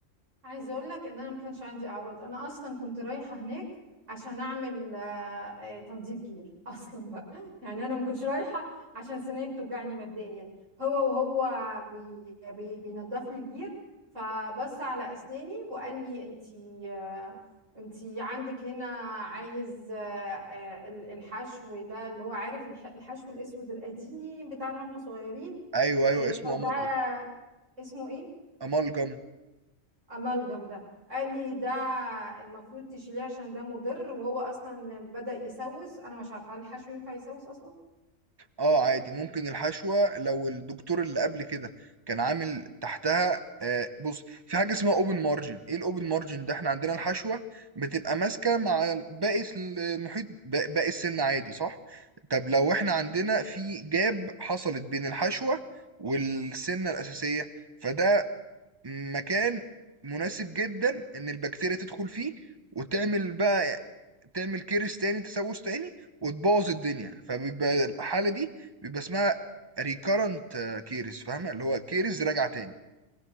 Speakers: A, on the right; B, on the right.
A: عايزه اقول لك ان انا ما كانش عندي اعراض انا اصلا كنت رايحه هناك عشان اعمل آه، آه، تنظيف جير اصلا بقى <laughs> يعني انا ما كنتش رايحه عشان سناني بتوجعني مبدئيا هو وهو بي بي بينضف لي الجير فبص على اسناني وقال لي انتي آه، انتي عندك هنا عايز آه، آه، ال- الحشو ده اللي هو عارف الح- الحشو الاسود القديم بتاعنا واحنا صغيرين
B: أيوه، أيوه،
A: آه،
B: اسمه
A: فده
B: amalgam،
A: اسمه ايه
B: amalgam.
A: امالجم ده قال لي ده المفروض تشيليه عشان ده مضر وهو اصلا بدأ يسوس انا مش عارفه هل الحشو ينفع يسوس اصلا
B: آه عادي، ممكن الحشوة لو الدكتور اللي قبل كده كان عامل تحتها آآ بُص، في حاجة اسمها open margin إيه الopen margin ده؟ إحنا عندنا الحشوة بتبقى ماسكة مع ال باقي الس المحيط ب باقي السن عادي صح؟ طب لو إحنا عندنا في gap حصلت بين الحشوة والسنة الأساسية، فده مكان مناسب جدا ان البكتيريا تدخل فيه وتعمل بقى تعمل كيرس تاني تسوس تاني وتبوظ الدنيا فبيبقى الحالة دي بيبقى اسمها ريكارنت كيرس فاهمة اللي هو كيرس راجع تاني